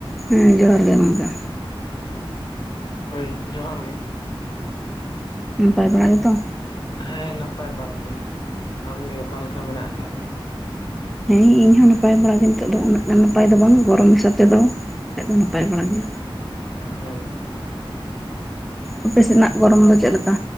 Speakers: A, in the centre; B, on the left.
A: ᱦᱩᱸ ᱡᱚᱦᱟᱨ ᱜᱮ ᱜᱚᱢᱠᱮ
B: ᱦᱳᱭ ᱡᱚᱦᱟᱨ ᱜᱮ
A: <inaudible> ᱱᱟᱯᱟᱭ ᱵᱟᱲᱟ ᱜᱮᱛᱚ
B: ᱦᱮᱸ ᱱᱟᱯᱟᱭ ᱵᱟᱲᱟ ᱜᱮ ᱟᱢᱜᱮ ᱚᱠᱟ ᱞᱮᱠᱟ ᱢᱮᱱᱟᱜ ᱟᱠᱟᱫ ᱢᱮᱭᱟ᱾
A: ᱦᱮᱸ ᱤᱧᱦᱚᱸ ᱱᱟᱯᱟᱭ ᱵᱟᱲᱟ ᱜᱮ ᱱᱤᱛᱚᱜ ᱫᱚ ᱩᱱᱟᱹᱜ ᱜᱟᱱ ᱱᱟᱯᱟᱭ ᱫᱚ ᱵᱟᱝ ᱜᱚᱨᱚᱢ ᱦᱤᱥᱟᱹᱵ ᱛᱮᱫᱚ ᱵᱟᱠᱷᱟᱡ ᱫᱚ ᱱᱟᱯᱟᱭ ᱵᱟᱲᱟ ᱜᱮ᱾
B: ᱦᱳᱭ
A: ᱟᱯᱮ ᱥᱮᱱᱟᱜ ᱜᱚᱨᱚᱢ ᱫᱚ ᱪᱮᱫ ᱞᱮᱠᱟ᱾